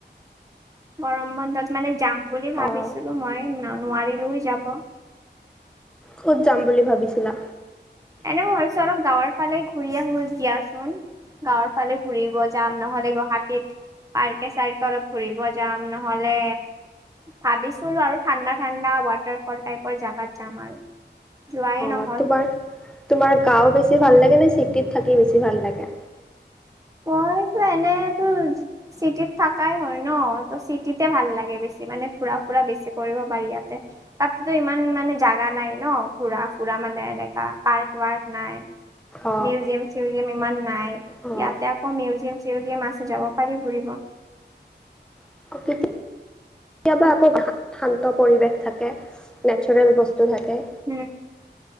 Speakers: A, on the right (about 20°); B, in the centre.
A: গৰম বন্ধত মানে যাম বুলি ভাবিছো।
B: অঁ
A: মই নোৱাৰিলো যাব।
B: ক'ত যাম বুলি ভাবিছিলা?
A: এনে মই ভাবছো অলপ গাঁৱৰ ফালে ঘূৰি আহো দিয়াচোন। গাঁৱৰ ফালে ঘূৰিব যাম নহ'লে গুৱাহাটীত। পাৰ্কে - চাৰ্কে অলপ ফুৰিব যাম নহলে ভাবিছিলো আৰু ঠাণ্ডা - ঠাণ্ডা ৱাটাৰফল টাইপৰ জাগাত যাম আৰু। যোৱাই
B: অ
A: নহ'ল।
B: তোমাৰ - তোমাৰ গাওঁ বেছি ভাল লাগে নে চিটিত থাকি বেছি ভাল লাগে?
A: মইতো এনেতো চি চিটিত থাকাই হয় ন ত চিটিতে ভাল লাগে বেছি মানে ঘূৰা - ফুৰা বেছি কৰিব পাৰি ইয়াতে। তাততো ইমান মানে জাগা নাই ন ঘূৰা ফুৰা মানে এনেকা পাৰ্ক ৱাৰ্ক নাই।
B: অঁ
A: মিউজিয়াম - চিউজিয়াম ইমান নাই ইয়াত
B: অঁ
A: ইয়াত আকৌ মিউজিয়াম - চিউজিয়াম আছে যাব পাৰি ফুৰিব।
B: কিন্তু কেতিয়াবা আকৌ শান্ত পৰিৱেশ থাকে, নেচাৰেল বস্তু থাকে।
A: উম,